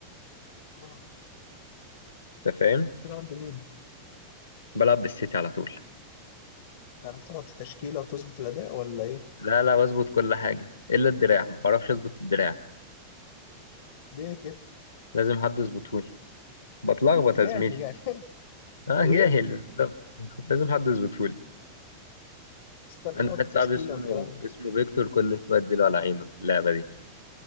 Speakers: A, on the left (about 50°); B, on the left (about 75°).
A: اه
B: انت فاهم
A: بتلعب بمين
B: بلعب بالسيتي على طول
A: تعرف تحط تشكيله وتظبط الاداء ولا ايه
B: لا لا بظبط كل حاجه الا الدراع ما بعرفش اظبط الدراع
A: ليه كده
B: لازم حد يظبطهولي بتلخبط
A: جاهل
B: يا زميلي
A: يعني
B: <laughs> اه
A: <laughs>
B: جاهل
A: ايه
B: بالظبط لازم حد يظبطهولي
A: بس تعرف
B: عندي
A: تحط
B: واحد
A: تشكيله
B: صاحبي اسمه
A: والكلام ده
B: اسمه فيكتور كل شويه اديله على عينه في اللعبه دي